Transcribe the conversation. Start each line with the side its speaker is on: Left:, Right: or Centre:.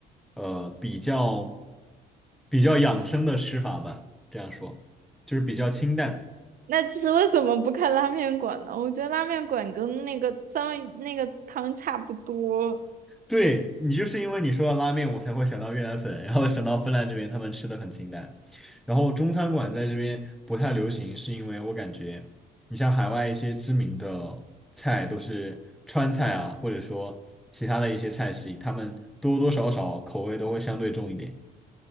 Centre: 呃比较比较养生的吃法吧，这样说，就是比较清淡。
Right: 那其实为什么不看拉面馆呢？我觉得拉面馆跟那个三文那个汤差不多，
Centre: 对你就是因为你说到拉面，我才会想到越南粉，然后想到芬兰这边他们吃的很清淡，然后中餐馆在这边不太流行，是因为我感觉你像海外一些知名的菜都是川菜啊，或者说其他的一些菜系，他们多多少少口味都会相对重一点。